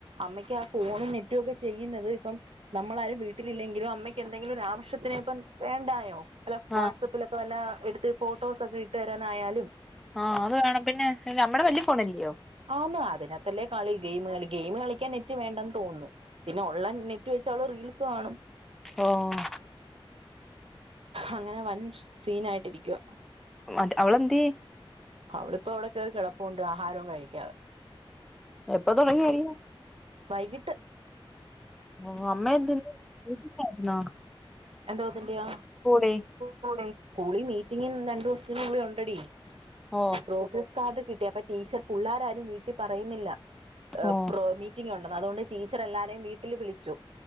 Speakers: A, on the right (about 80°); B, in the centre.
A: അമ്മയ്ക്ക് ആ ഫോൺ നെറ്റൊക്കെ ചെയ്യുന്നത് ഇപ്പം നമ്മളാരും വീട്ടിലില്ലെങ്കിലും അമ്മയ്ക്ക് എന്തെങ്കിലും ഒരു ആവശ്യത്തിനെപ്പം വേണ്ടായോ അല്ല വാട്സ്ആപ്പിൽ
B: ആഹ്
A: ഇപ്പൊ വല്ല എടുത്ത് ഫോട്ടോസൊക്കെ ഇട്ട് തരാനായാലും
B: ആഹ് അത് വേണം പിന്നെ അമ്മടെ വലിയ ഫോണല്ലയോ
A: ആന്ന് അതിനകത്തല്ലേ കളി ഗെയിം കളി ഗെയിം കളിക്കാൻ നെറ്റ് റ്റ് വേണ്ടന്ന് തോന്നുന്നു പിന്നെ ഉള്ള നെറ്റ് വെച്ച അവള് റീൽസ് കാണും
B: ഓഹ്
A: അങ്ങനെ വൻ സീനായിട്ടിരിക്കുവ
B: മറ്റ് അവളെന്ത്യേ
A: അവളിപ്പോ അവടെ കേറി കെടപ്പുണ്ട് ആഹാരവും കഴിക്കാതെ
B: എപ്പൊ തൊടങ്ങ്യ അടിയ
A: വൈകിട്ട്
B: ഓ അമ്മേന്തിര് ആഹ്
A: എന്തോത്തിന്റയ
B: കൂടെ
A: കൂടെ സ്കൂളി മീറ്റിംഗ് രണ്ടുസ്ത്തിനുള്ളിലൊണ്ടെടി
B: ഓഹ്
A: പ്രോഗ്രസ് കാർഡ് കിട്ടി അപ്പൊ ടീച്ചർ പുള്ളാരാരും വീട്ടിൽ പറയുന്നില്ല
B: ഓഹ്
A: പ്രോ മീറ്റിംഗ് ഉണ്ടെന്ന് അതോണ്ട് ടീച്ചറെല്ലാരേം വീട്ടില് വിളിച്ചു